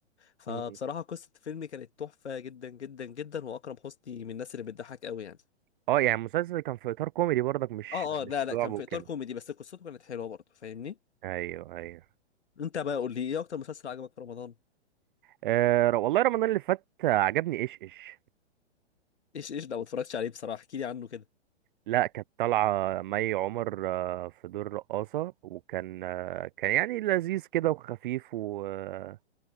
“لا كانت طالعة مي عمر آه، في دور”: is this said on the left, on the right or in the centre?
Right